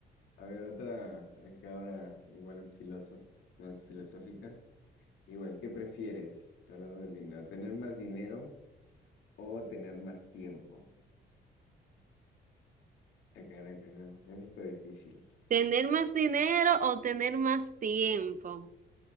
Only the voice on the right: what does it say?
¿Tener más dinero o tener más tiempo?